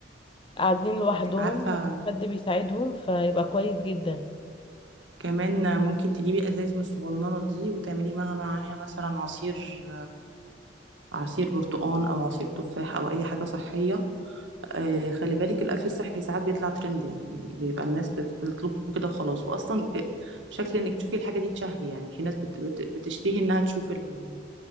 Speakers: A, on the left; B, on the right.
A: قاعدين لوحدهم
B: عارفه
A: مفيش حد بيساعدهم فيبقى كويس جدا
B: كمان ممكن تجيبي ازايز من الصغننه دي وتعملي معاها معاها مثلا عصير عصير برتقان او عصير تفاح او اي حاجه صحيه آه، خلي بالك الاكل الصحي ساعات بيطلع ترند يعني بيبقى الناس بت- بتطلبه كده وخلاص واصلا آه، شكل انك تشوفي الحاجه دي تشهي يعني في ناس بت- بت- بتشتهي انها تشوف ال-